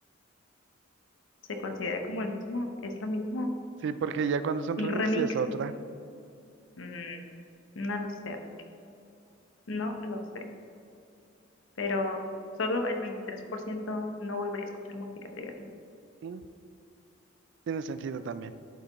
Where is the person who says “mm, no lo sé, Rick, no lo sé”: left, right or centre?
Left